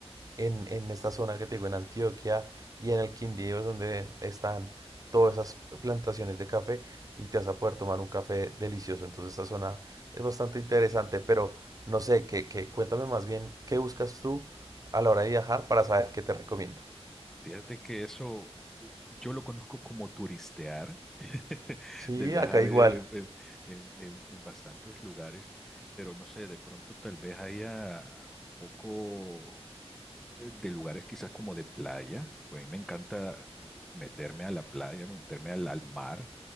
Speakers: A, on the right; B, in the centre.
A: en, en esta zona que te digo, en Antioquia y en el Quindío, es donde están todas esas plantaciones de café y te vas a poder tomar un café delicioso. Entonces, esta zona es bastante interesante, pero no sé, que, que- cuéntame más bien qué buscas tú a la hora de viajar para saber qué te recomiendo.
B: Fíjate que eso yo lo conozco como turistear, <laughs>
A: Sí,
B: de viajar
A: acá igual.
B: eh, eh, eh, en, en- en bastantes lugares, pero no sé, de pronto tal vez haya un poco eh, de lugares quizás como de playa. pues A mí me encanta meterme a la playa, meterme al al mar